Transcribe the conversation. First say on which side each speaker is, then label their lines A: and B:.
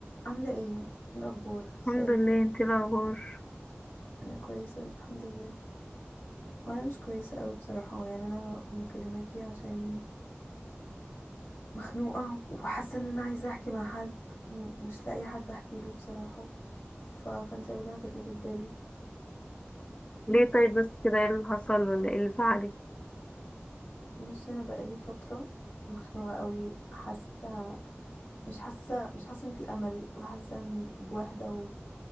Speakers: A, on the left (about 65°); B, on the left (about 25°).
A: عاملة ايه إيه الأخبار ازيك
B: الحمد لله انت ايه الاخبار
A: أنا كويسة الحمد لله هو أنا مش كويسة أوي بصراحة يعني أنا مكلماكي عشان مخنوقة وحاسة إن أنا عايزة أحكي مع حد ومش لاقية حد أحكي له بصراحة ف... فأنت أول واحدة جت في بالي
B: ليه طيب بس كده ايه اللي حصل ولا ايه اللي زعلك
A: بصي أنا بقالي فترة مخنوقة أوي حاسة مش حاسة مش حاسة إن في أمل وحاسة إن بوحدة